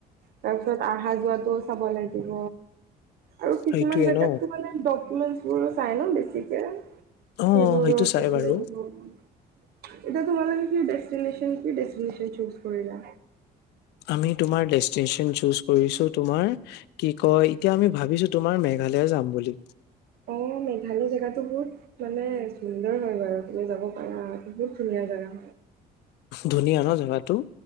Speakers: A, on the right (about 65°); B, on the left (about 80°).
A: তাৰপিছত অহা যোৱাটো চাব লাগিব আৰু কিছুমান
B: সেইটোয়ে
A: জেগাত
B: ন।
A: মানেকোৰো চাই ন' বেছিকে সেইবোৰো
B: অ সেইটো চাই
A: চাব
B: বাৰু
A: লাগিব। এতিয়া তোমালে কি ডেষ্টিনেচন কি ডেষ্টিনেচন চুজ কৰিলা?
B: আমি তোমাৰ ডেষ্টিনেচন চুজ কৰিছোঁ, তোমাৰ কি কয় এতিয়া আমি ভাবিছোঁ তোমাৰ মে <unintelligible> যাম বুলি।
A: অ' মেঘালয় জেগাটো বহুত মানে সুন্দৰ হয় বাৰু তুমি যাব পাৰা বহুত ধুনীয়া <unintelligible>
B: ধুনীয়া ন' জাগাটো?